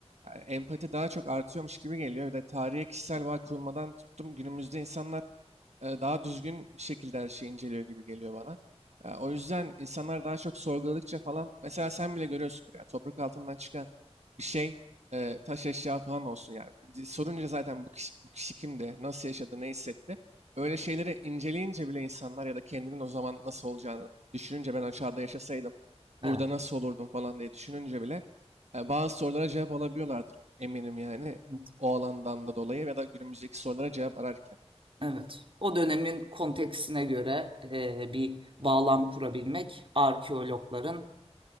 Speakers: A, on the right; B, on the right.
A: Yani empati daha çok artıyormuş gibi geliyor. Bir de tarihe kişisel bağ kurulmadan tuttum günümüzde insanlar e, daha düzgün bir şekilde her şeyi inceliyor gibi geliyor bana. E, O yüzden insanlar daha çok sorguladıkça falan mesela sen bile görüyorsundur yani toprak altından çıkan bir şey e, taş eşya falan olsun yani. Di- Sorunca zaten bu kişi, bu kişi kimdi, nasıl yaşadı, ne hissetti. Öyle şeyleri inceleyince bile insanlar ya da kendinin o zaman nasıl olacağını düşününce ben o çağda yaşasaydım
B: evet,
A: burada nasıl olurdum falan diye düşününce bile e, bazı sorulara cevap alabiliyorlardır eminim yani
B: evet,
A: o alandan da dolayı ya da günümüzdeki sorulara cevap ararken.
B: evet. O dönemin konteksine göre e, bir bağlam kurabilmek arkeologların